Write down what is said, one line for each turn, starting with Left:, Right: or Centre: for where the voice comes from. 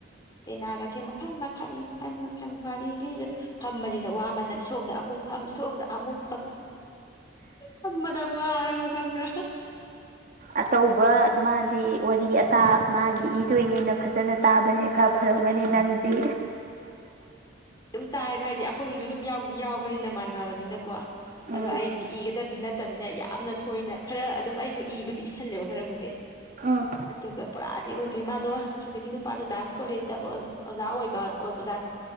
Left: ꯄꯦꯟꯅꯥꯒ ꯁꯦ ꯃꯈꯟ ꯃꯈꯟ ꯃꯈꯟ ꯃꯈꯟ ꯋꯥꯔꯤ ꯂꯤꯕꯗ ꯐꯝꯕꯁꯤꯅ ꯋꯥꯃꯟꯗꯅ ꯁꯣꯝꯗ ꯑꯃꯨꯛ ꯐꯝ ꯁꯣꯝꯗ ꯑꯃꯨꯛ ꯐ ꯐ ꯋꯥꯔꯃꯤ ꯈꯪꯕ꯭꯭ꯔ
Right: ꯑꯇꯧꯕ ꯃꯥꯗꯤ ꯋꯥꯔꯤ ꯑꯇꯥ ꯃꯥꯒꯤ ꯏꯗꯣꯏꯅꯦꯅ ꯐꯖꯅ ꯇꯥꯕꯅꯦ ꯈꯔ ꯐꯔꯝꯒꯅꯤ
Left: ꯎꯝ
Right: ꯅꯪꯗꯤ
Left: ꯇꯥꯏꯕ ꯍꯥꯏꯗꯤ ꯑꯩꯈꯣꯏꯒꯤꯁꯨ ꯑꯗꯨꯝ ꯌꯥꯎꯗꯤ ꯌꯥꯎꯕꯅꯤꯅ ꯃꯥꯟꯅꯕꯅꯤꯅꯀꯣ
Right: ꯎꯝ
Left: ꯑꯗꯣ ꯑꯩꯗꯤ ꯏꯒꯗꯕꯗꯤ ꯅꯠꯇꯕꯅꯤꯅ ꯌꯥꯝꯅ ꯊꯣꯏꯅ ꯈꯔ ꯑꯗꯨꯝ ꯑꯩꯁꯨ ꯏꯕꯨꯗꯤ ꯏꯁꯤꯜꯂꯦꯕ ꯈꯔꯕꯨꯗꯤ
Right: ꯎꯝ
Left: ꯑꯗꯨꯒ ꯄꯨꯔꯥꯗꯤ ꯑꯣꯏꯗ꯭ꯔꯦ ꯃꯥꯗꯣ ꯍꯧꯖꯤꯛꯀꯤ ꯅꯨꯄꯥꯗꯣ ꯗꯥꯟꯁ ꯀꯣꯂꯦꯖꯇ ꯑꯣꯖꯥ ꯑꯣꯏꯕ ꯑꯣꯏꯕꯖꯥꯠꯅꯤ